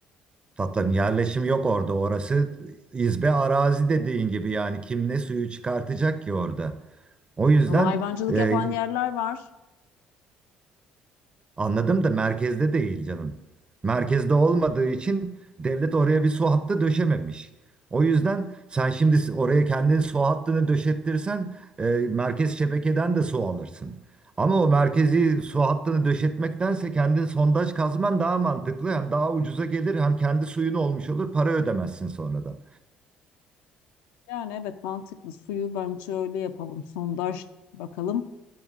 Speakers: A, on the right; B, on the left.
A: Tatlım yerleşim yok orada. Orası izbe arazi dediğin gibi yani kim ne suyu çıkartacak ki orada? O yüzden
B: Ama hayvancılık
A: e,
B: yapan yerler var.
A: Anladım da merkezde değil canım. Merkezde olmadığı için devlet oraya bir su hattı döşememiş. O yüzden sen şimdi oraya kendin su hattını döşettirsen e, merkez şebekeden de su alırsın. Ama o merkezi su hattını döşetmektense kendi sondaj kazman daha mantıklı. Hem daha ucuza gelir hem kendi suyun olmuş olur para ödemezsin sonradan.
B: Yani evet mantıklı. Suyu bence öyle yapalım. Sondaj bakalım